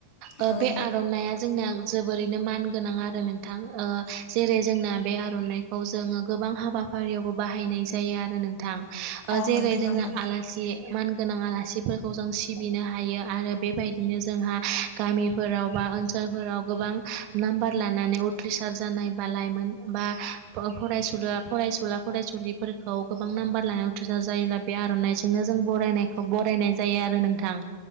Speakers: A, on the left (about 45°); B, on the right (about 40°).
A: औ
B: ओ बे
A: नोंथां
B: आर'नाया
A: नंगौ
B: जोंनाया जोबोरैनो मान। गोनां आरो नोंथां ओ जेरै जोंना बे आर'नाइखौ जोङो गोबां हाबाफारियावबो बाहायना नाय जायो आरो नोंथां
A: औ
B: ओ जेरै
A: नोंथां
B: जोङो
A: नंगौ
B: आलासि। मान गोनां आलासिफोरखौ जों सिबिनो हायो आरो बेबायदिनो जोंहा गामिफोराव बा ओनसोलफोराव गोबां नाम्बार लानानै उथ्रिसार जानाय बा लाइमोन बा फरायसु फरायसुला फरायसु सुलिफोरखौ गोबां नाम्बार लानाय उथ्रिसार जायोब्ला बे आर'नाइजोंनो जों बरायनायखौ बरायनाय जायो आरो नोंथां